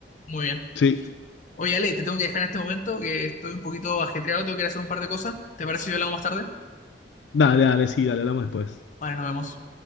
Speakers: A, on the left; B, on the left.
A: Muy bien.
B: Sí,
A: Oye, Ale, te tengo que dejar en este momento que estoy un poquito ajetreado, tengo que ir a hacer un par de cosas. ¿Te parece si hablamos más tarde?
B: dale, dale, sí, dale, hablamos después.
A: Vale, nos vemos.